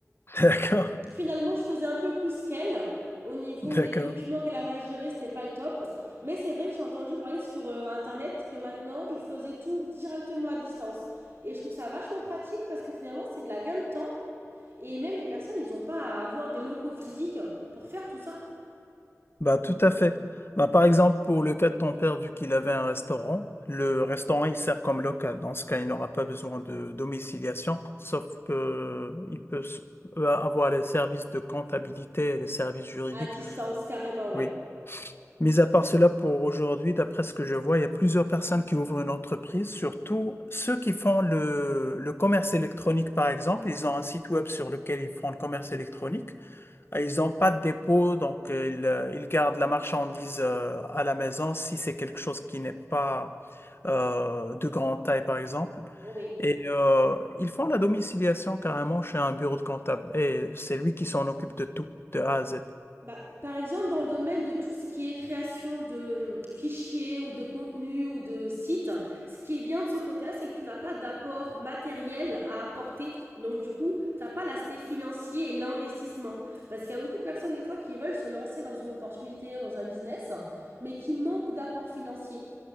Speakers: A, on the left; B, on the right.
A: <laughs> d'accord,
B: Finalement, je faisais un peu plus qu'elle. Au niveau
A: d'accord.
B: des documents qu'elle avait à gérer, c'était pas le top. Mais c'est vrai que j'ai entendu parler sur euh, Internet que maintenant, ils faisaient tout directement à distance. Et je trouve ça vachement pratique parce que finalement, c'est de la gain de temps. Et même les personnes, ils n'ont pas à avoir des locaux physiques pour faire tout ça.
A: Bah, tout à fait. Bah, par exemple, pour le cas de ton père, vu qu'il avait un restaurant, le restaurant, il sert comme local. Dans ce cas, il n'aura pas besoin de domiciliation, sauf qu'il peut s- euh, avoir les services de comptabilité et les services juridiques.
B: À distance, carrément, ouais.
A: Oui. Mis à part cela, pour aujourd'hui, d'après ce que je vois, il y a plusieurs personnes qui ouvrent une entreprise, surtout ceux qui font le, le commerce électronique, par exemple. Ils ont un site web sur lequel ils font le commerce électronique. Ils n'ont pas de dépôt, donc euh, ils, euh, ils gardent la marchandise euh, à la maison si c'est quelque chose qui n'est pas euh, de grande taille, par exemple.
B: Oui.
A: Et euh, ils font la domiciliation carrément chez un bureau de comptable. Et c'est lui qui s'en occupe de tout, de A à Z.
B: Bah, par exemple, dans le domaine de tout ce qui est création de fichiers ou de contenus ou de sites, ce qui est bien de ce côté-là, c'est que tu n'as pas d'apport matériel à apporter. Donc, du coup, tu n'as pas l'aspect financier et l'investissement. Parce qu'il y a beaucoup de personnes, des fois, qui veulent se lancer dans une opportunité ou dans un business, mais qui manquent d'apport financier.